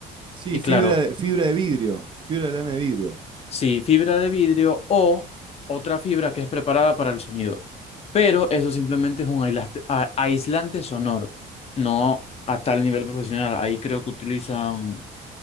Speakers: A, on the right; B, on the left.
A: Sí,
B: Y
A: fibra
B: claro,
A: de, fibra de vidrio, fibra de lana de vidrio.
B: Sí, fibra de vidrio o otra fibra que es preparada para el sonido. Pero eso simplemente es un aislaste- a- aislante sonoro, no a tal nivel profesional. Ahí creo que utilizan,